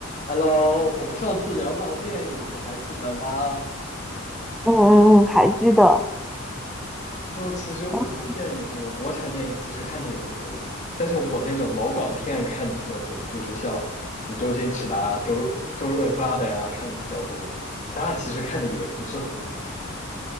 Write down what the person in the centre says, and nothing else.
嗯嗯嗯，还记得，
嗯